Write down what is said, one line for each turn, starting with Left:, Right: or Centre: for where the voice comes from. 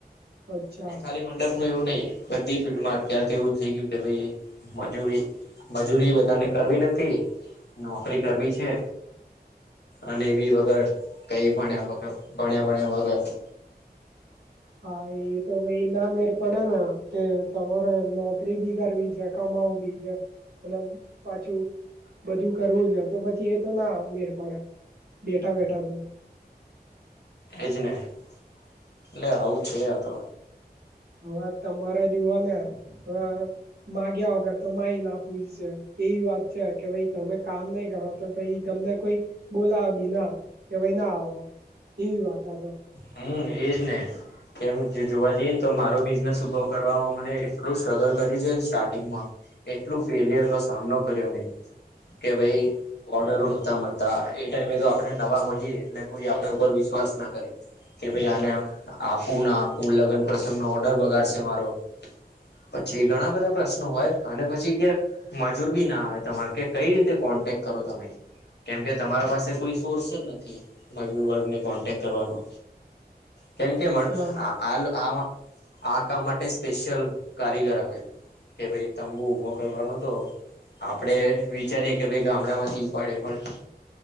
Right: અચ્છા
Left: ને ખાલી મંડપ નું એવું નહી. બધી ફિલ્ડમાં અત્યારે તો એવું થઈ ગયું કે ભાઈ મજૂરી. મજૂરી બધાને કરવી નથી નોકરી કરવી છે. અને બી વગર કઈ ભણ્યા વગ ભણ્યા ભણ્યા વગર.
Right: હા એ તો ભ‌ઈ ના મેળ. પડે ને એમ કે તમારે નોકરી બી કરવી છે, કમાઉ બી છે. અને પાછું બધું કરવું છે તો પછી એ તો ના મેળ પડે. બેઠા બેઠા તમ
Left: એજ ને એટલે આવું છે આ તો.
Right: હવે તમારે જુવા ને હવે. માગ્યા વગર તો માય ના પૂરશે એવી વાત છે કે ભાઈ તમે કામ નહી કરો. તો પહીં તમને કોઈક બોલાવે બી ના, કે ભઈ ના આવો. એવી વાત આ તો.
Left: હમ્મ એજ ને. <unintelligible> જોવા જઈએ ને તો મારો બિઝનેસ ઉભો કરવામાં મને એટલું સ્ટ્રગલ કર્યું છે ને સ્ટાર્ટિંગમાં. એટલું ફેલિયર નો સામનો કર્યો મેં કે ભઈ. ઓર્ડરો નોતા મળતા એ ટાઇમે તો આપડણે નવા હોઈયએ એટલે કોઈ આપે ઉપર વિશ્વાસ ના કરે. કે ભાઈ આને આપવું ના આપવું લગ્ન પ્રસંગ નો ઓર્ડર બગાડશે મારો. પછી ઘણા બધા પ્રશ્નો હોય અને પછી કે મજૂર બી ના આવે તમારે કે કઈ રીતે કોન્ટેક કરો તમે. કેમ કે તમારા પાસે કોઈ સોર્સ જ નથી. મજૂર વર્ગને કોન્ટેક્ટ કરવાનો. કેમ કે
Right: હા
Left: <unintelligible> આ કામ માટે સ્પેશિયલ કારીગર આવે. કે ભઈ તંબુ ઊભો કરવા નો હતો આપડે વિચારીએ કે ભઈ ગામડા માંથી ઉપાડીએ પણ